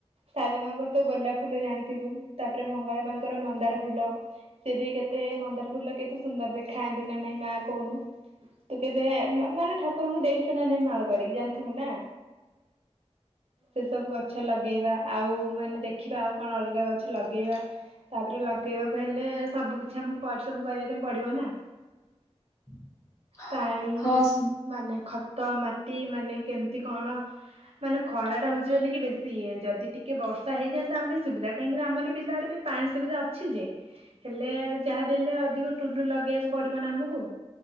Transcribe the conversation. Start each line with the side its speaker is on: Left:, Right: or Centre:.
Right: ସାଇବାବାଙ୍କର୍ ତ ଗୋଲାପ ଫୁଲ ଜାଣିଥିବୁ, ତାପରେ ମଙ୍ଗଳା ମାଁ ଙ୍କର ମନ୍ଦାର ଫୁଲ। ସେ ବି କେତେ ମନ୍ଦାର ଫୁଲ କେତେ ସୁନ୍ଦର୍ ଦେଖାଯାନ୍ତି ନା ନାଇଁ ମା କହୁନୁ। ତୁ କେବେ ମାନେ ଠାକୁରଙ୍କୁ ଦେଇଚୁ ନା ନାଇଁ ମାଳ କରିକି ଜାଣିଥିବୁ ନା।
Left: <inaudible>
Right: ସେସବୁ ଗଛ ଲଗେଇବା। ଆଉ ମାନେ ଦେଖିବା ଆଉ କଣ ଅଲଗା ଗଛ ଲଗେଇବା। ତାପରେ ଲଗେଇବାକୁ ହେଲେ ସବୁ କିଛି ଆମକୁ ପରିଶ୍ରମ୍ କରିବାକୁ ପଡ଼ିବ ନା।
Left: <inaudible>
Right: ପାଣି
Left: ହଁ
Right: ମାନେ ଖତ, ମାଟି ମାନେ କେମତି କଣ। ମାନେ ଖରା ଟା ହଉଛି ବୋଲିକିି ବେଶୀ ଇଏ। ଯଦି ଟିକେ ବର୍ଷା ହେଇଯାନ୍ତା ଆମେ ସୁବିଧା। କାହିଁକିନା ଆମର ବିଲ ଆଡ଼େ ବି ପାଣି ସୁବିଧା ଅଛି ଯେ। ହେଲେ ଯାହା ବି ହେଲେ ଅଧିକ ଟୁଲୁ ଲଗେଇବାକୁ ପଡ଼ିବ ନା ଆମକୁ।